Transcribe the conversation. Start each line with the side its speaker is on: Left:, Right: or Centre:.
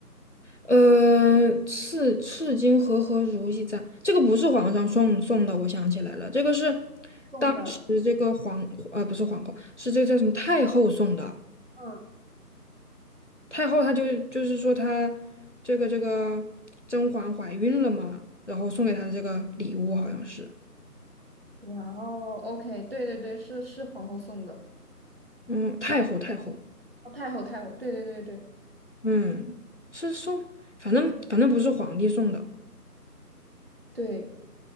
Left: 呃，赤赤金和和如意簪，这个不是皇上送送的，我想起来了，这个是
Right: 送的，
Left: 当时这个皇，呃，不是皇后，是这个叫什么太后送的。
Right: 嗯，
Left: 太后她就就是说她这个这个甄嬛怀孕了嘛，然后送给她的这个礼物好像是，
Right: 哇哦，OK，对对对，是是皇后送的，
Left: 嗯，太后太后，
Right: 哦，太后太后，对对对对
Left: 嗯，是送，反正反正不是皇帝送的，
Right: 对，